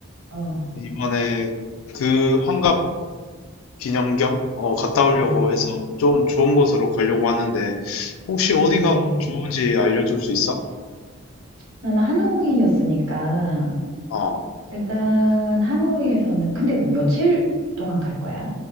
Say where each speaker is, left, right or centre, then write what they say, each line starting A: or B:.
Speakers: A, on the right; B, on the left.
A: 어,
B: 이번에 그 환갑 기념 겸 어, 갔다 오려고
A: 어,
B: 해서 좀 좋은 곳으로 가려고 하는데 혹시 어디가
A: 그러네.
B: 좋은지 알려줄 수 있어?
A: 나는 하노이였으니까,
B: 어,
A: 일단 하노이에서는, 근데 며칠 동안 갈 거야?